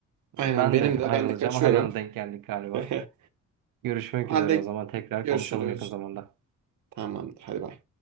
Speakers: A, on the right (about 65°); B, on the right (about 85°).
A: aynen
B: Ben
A: benim
B: de
A: de
B: ayrılacağım.
A: ben de kaçıyorum.
B: Aynı anda denk geldik galiba.
A: <laughs>
B: Görüşmek
A: O halde
B: üzere o zaman tekrar
A: görüşürüz.
B: konuşalım yakın zamanda.
A: Tamamdır, hadi bay.